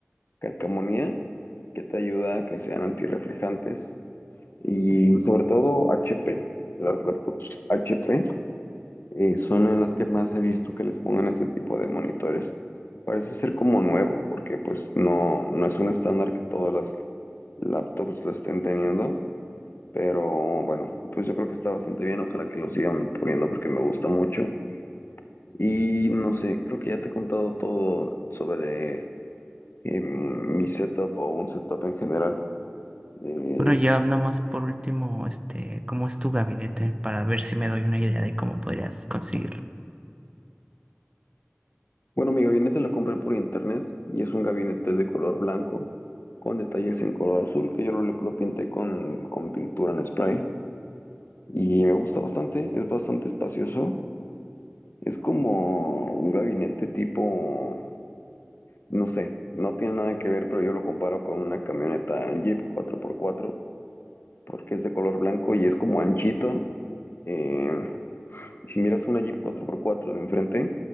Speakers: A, on the left; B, on the right.
A: calcamonía que te ayuda a que sean antirreflejantes. Y sobre todo HP. Las laptops HP eh, son en las que más he visto que les pongan este tipo de monitores. Parece ser como nuevo, porque pues no, no es un estándar que todas las laptops lo estén teniendo. Pero bueno, pues yo creo que está bastante bien. Ojalá que lo sigan poniendo porque me gusta mucho. Y no sé, creo que ya te he contado todo sobre eh, mi setup o un setup en general. Eh,
B: Bueno, ya nomás por último, este, ¿cómo es tu gabinete? Para ver si me doy una idea de cómo podrías conseguirlo.
A: bueno, mi gabinete lo compré por internet y es un gabinete de color blanco con detalles en color azul que yo lo, lo pinté con, con pintura en spray y me gusta bastante, es bastante espacioso. Es como un gabinete tipo, no sé, no tiene nada que ver, pero yo lo comparo con una camioneta Jeep cuatro por cuatro porque es de color blanco y es como anchito. Eh, si miras una Jeep cuatro por cuatro de enfrente,